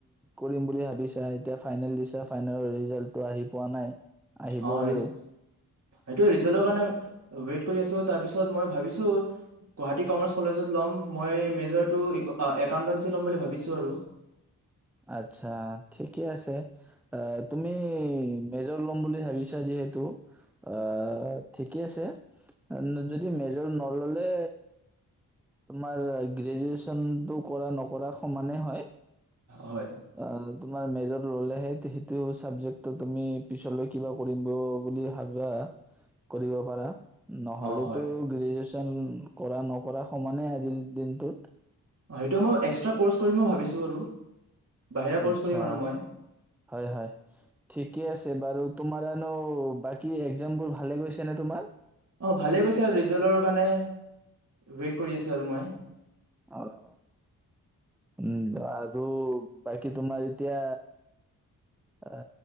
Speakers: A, in the centre; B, on the right (about 40°).
A: কৰিম বুলি ভাবিছা? এতিয়া ফাইনেল দিছা, ফাইনেলৰ ৰিজাল্টটো আহি পোৱা নাই। আহিবও
B: অ ৰিজ
A: আৰু
B: সেইটোৱে, ৰিজাল্টৰ কাৰণে ৱেইট কৰি আছোঁ, তাৰপিছত মই ভাবিছোঁ গুৱাহাটী কমাৰ্চ কলেজত ল'ম, মই মেজৰটো ইক একাউণ্টেঞ্চি ল'ম বুলি ভাবিছোঁ আৰু
A: আতচ্ছা, ঠিকে আছে, আ, তুমি মেজৰ লম বুলি ভাবিছা যিহেতু অ', ঠিক কে আছে যদি মেজৰ অ', ল'লে তোমাৰ গ্ৰেজুৱেচনটো কৰা নকৰা সমানে হয়।
B: হয়।
A: আ তোমাৰ মেজৰ ল'লে হে, সেইটো চাবজেক্টটো তুমি পিছলৈ কিবা কৰিব বুলি ভাবা, কৰিব পাৰা। নহ'লেতো
B: অ', হয়।
A: গ্ৰেজুৱেচ কৰা নকৰা সমানে আজিৰ দিনটোত
B: অ', সেইটো মই এক্সট্ৰা ক'ৰ্চ কৰিম মই ভাবিছোঁ আৰু। বাহিৰা ক'ৰ্চ
A: আতচ্ছা
B: কৰিম আৰু মই।
A: হয়, হয় ঠিকে আছে বাৰু তোমাৰ আৰু বাকী এক্সাম বোৰ ভালে গৈছে নে তোমাৰ?
B: অ', ভালে গৈছে আৰু ৰিজাল্টৰ কাৰণে ৱেইট কৰি আছোঁ আৰু মই।
A: অ', উম, আৰু বাকী তোমাৰ এতিয়া আ,